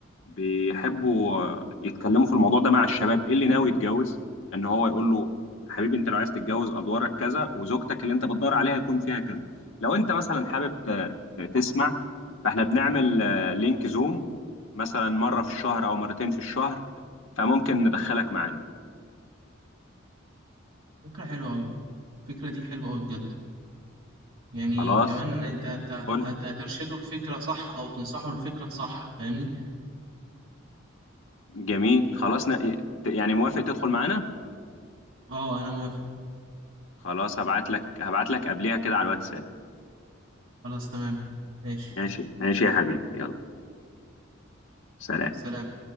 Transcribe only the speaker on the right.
فكرة حلوة أوي الفكرة دي حلوة أوي بجد يعني
كمان أنت هت-
هت- هترشده الفكرة صح أو تنصحه الفكرة صح فاهمني؟
أه أنا موافق
خلاص تمام ماشي
سلام